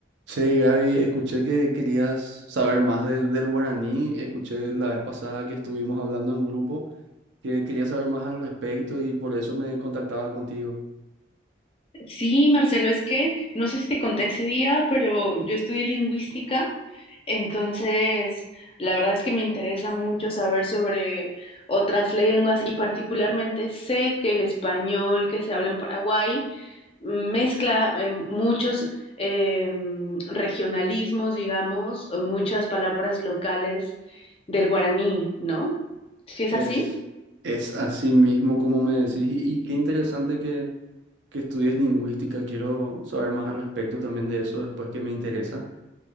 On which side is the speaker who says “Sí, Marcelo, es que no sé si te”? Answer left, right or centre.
Left